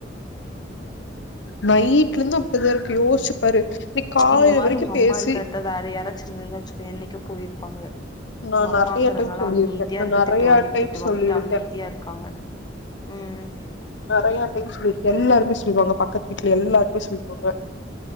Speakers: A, on the left; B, on the left.
A: நைட்ல இருந்து அப்டிதா இருக்கு யோசிசு பாரு இன்னக் காலையில
B: இந்த மாரி
A: வரைக்கு
B: உங்க அம்மா
A: பேசி
B: இருக்க எடத்துல வேற யாரச்சிருந்தா வச்சுக்கேய இன்னக்கே போயிருப்பாங்க
A: நா
B: ஓ அம்மாங்கறதுனால
A: நெறைய டைம் சொல்லியிருக்கே
B: அமைதியா
A: நா
B: இருக்கு
A: நெறைய
B: திட்டு வாங்கி
A: டைம்
B: திட்டு வாங்கிட்டு
A: சொல்லியிருக்கே
B: அமைதியா இருக்காங்க ம்
A: நெறைய டைம் சொல்லிருக் எல்லாருமே சொல்வாங்க பக்கத்து வீட்ல எல்லாருமே சொல்வாங்க